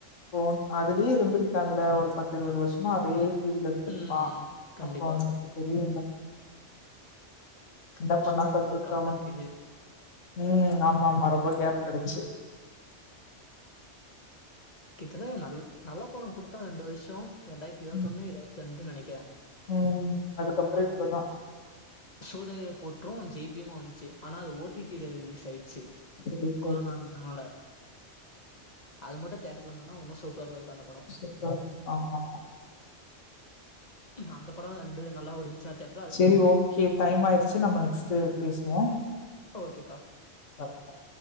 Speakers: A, on the left; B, on the left.
A: போவுன் அதுலே இருந்திருக்கான்ல ஒரு பத்து இருவது வர்ஷமா அதே ஃபீல்ட்ல இருந்திருக்கா
B: ம் கண்டிப்பா
A: அப்போ அவனுக்கு தெரியுல்ல
B: கண்டிப்பா
A: என்ன பண்ணா
B: சூர்யாவுக்கு
A: சக்ஸஸ்
B: ஒரு கம்பேக்
A: ஆவுன்
B: இது
A: ம் ஆமா ஆமா ரொம்ப கேப் கெடச்சு
B: கித்தன நல்ல நல்லபடோ குடுத்தா ரெண்டு வர்ஷோ ரெண்டாய்ர்த்தி இருவத்தொண்ணு
A: ம்
B: இருவத்தி ரெண்டுன் நெனைக்கிறே
A: ம் அதுக்கப்றோ இப்பதா
B: சூரறை போற்று ஜேய்பீமு வந்ச்சி ஆனா அது ஓ டி டில ரிலீஸ் ஆய்ருச்சி
A: ரிலீஸ்
B: கொரோனான்
A: ஆச்சு.
B: ஆவல அதுமட்டு தேட்டர்ல வந்தத்னா ஒன்னு சூப்பரா போய்ருக்கு அந்த படோ
A: <unintelligible>
B: அந்த படோ வந்து நல்லா ஓடிஞ்சா தேட்
A: சேரி ஓகே டைம் ஆய்ருச்சி நம்ம நெக்ஸ்ட்டு பேசுவோ
B: ஓகேக்கா
A: பாய்